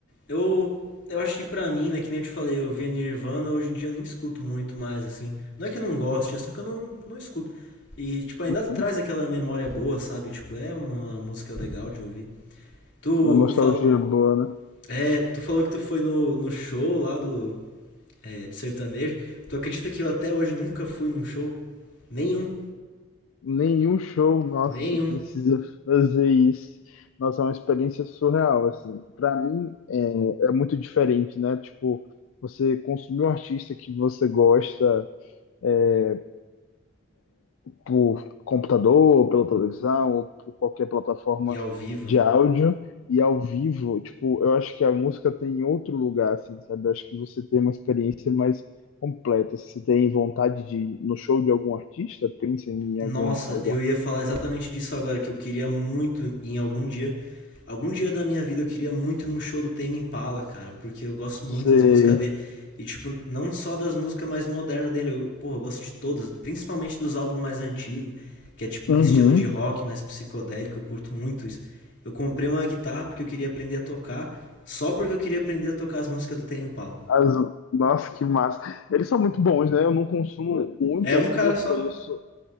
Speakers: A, on the left; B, on the left.
A: eu eu acho que pra mim, né, que nem eu te falei, eu via Nirvana, hoje em dia eu nem escuto muito mais, assim. Não é que eu não goste, é só que eu não, não escuto. E, tipo, ainda
B: Uhum.
A: traz aquela memória boa, sabe? Tipo, é uma música legal de ouvir. Tu
B: Uma nostalgia
A: falou.
B: boa, né?
A: É, tu falou que tu foi no, no show lá do, é, de sertanejo. Tu acredita que eu até hoje nunca fui num show? Nenhum.
B: Nenhum show, nossa,
A: Nenhum.
B: você precisa fazer isso. Nossa, é uma experiência surreal, assim. Para mim é, é muito diferente, né? Tipo, você consumir um artista que você gosta é, por computador, ou pela televisão, ou por qualquer plataforma
A: E ao vivo,
B: de
A: né?
B: áudio, e ao vivo, tipo, eu acho que a música tem outro lugar, assim, sabe? Eu acho que você tem uma experiência mais completa. Se você tem vontade de ir no show de algum artista, pensa em
A: Nossa,
B: algum, algum
A: eu ia falar exatamente disso agora, que eu queria muito em algum dia. Algum dia da minha vida eu queria muito ir num show do Tame Impala, cara, porque eu gosto muito
B: artista
A: das músicas dele. E, tipo, não só das músicas mais modernas dele, eu, porra, eu gosto de todas, principalmente dos álbuns mais antigos, que é tipo
B: Uhum.
A: um estilo de rock mais psicodélico, eu curto muito isso. Eu comprei uma guitarra porque eu queria aprender a tocar, só porque eu queria aprender a tocar as músicas do Tame Impala.
B: As... Nossa, que massa. Eles são muito bons, né? Eu não consumo muito,
A: É um
B: assim,
A: cara
B: eu
A: só,
B: conheço.